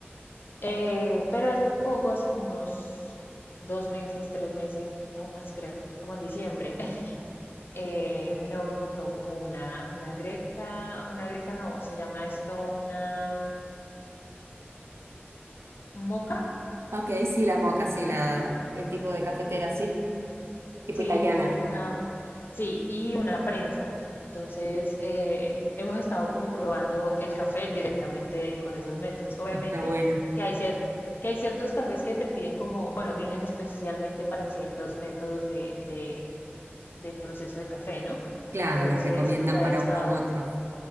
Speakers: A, on the left (about 55°); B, on the right (about 85°).
A: Eh, pero hace poco, hace como unos dos meses, tres meses, no más creo, como en diciembre. Eh, mi novio compró como una, una greca, una greca no, se llama esto una ¿un moca,
B: Ok, sí, la moca, sí, la, el tipo de cafetera, sí, tipo
A: sí,
B: italiana.
A: un- una, sí, y una prensa. Entonces, eh, hemos estado como probando el café directamente con esos métodos. Obviamente
B: Está bueno.
A: que hay cier- que hay ciertos cafés que te piden como, bueno, vienen especialmente para ciertos métodos de, de, de proceso de café, ¿no?
B: Claro,
A: Entonces,
B: los recomiendan
A: pues ahí
B: para
A: está,
B: uno u otro.